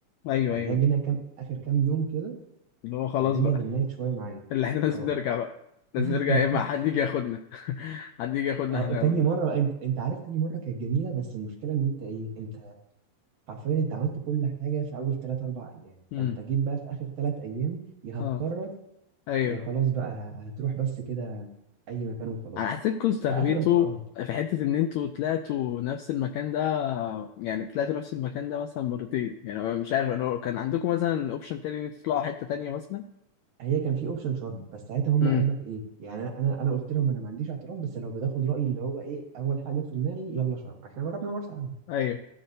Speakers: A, on the left; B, on the right.
A: ايوه
B: فاللي
A: ايوه
B: هي جينا كام آخر كام يوم كده
A: اللي هو خلاص
B: الدنيا
A: بقى
B: زنقت شوية معانا
A: <laughs> اللي احنا لازم
B: أه
A: نرجع بقى
B: <laughs>
A: لازم نرجع يا اما حد يجي ياخدنا <laughs> حد يجي ياخدنا
B: أه
A: احنا
B: تاني مرة بقى أنت أنت عارف تاني مرة كانت جميلة بس المشكلة إن أنت إيه أنت حرفيا أنت عملت كل حاجة في أول تلات أربع أيام
A: امم
B: فأنت جيت بقى في آخر تلات أيام يا
A: اه
B: هتكرر
A: ايوه
B: يا خلاص بقى ه- هتروح بس كده أي مكان وخلاص
A: انا حسيتكم استغبيتوا
B: فآخر آه
A: في حته ان انتوا طلعتوا نفس المكان ده يعني طلعتوا نفس المكان ده مثلا مرتين يعني أنا مش عارف انا كان عندكم مثلا اوبشن تاني ان انتوا تطلعوا حته تانيه مثلا
B: هي كان في اوبشن شرم بس ساعتها هم
A: امم
B: قالوا لك ايه يعني انا انا أنا قلت لهم انا ما عنديش اعتراض بس لو بتاخد رايي اللي هو ايه اول حاجه في دماغي يلا شرم احنا جربنا مرسى علم
A: ايوه